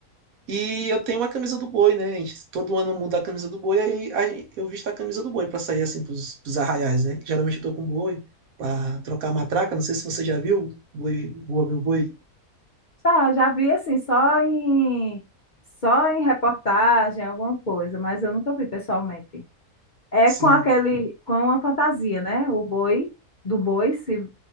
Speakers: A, on the right; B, on the left.
A: E eu tenho uma camisa do boi, né? A gente? Todo ano muda a camisa do boi, aí, aí eu visto a camisa do boi pra sair assim pros, pros arraiais, né? Que geralmente eu tô com boi pra trocar a matraca. Não sei se você já viu, boi, boa meu boi.
B: Já, já vi assim, só em só em reportagem, alguma coisa, mas eu nunca vi pessoalmente. É
A: Sim.
B: com aquele, com a fantasia, né? O boi, do boi, se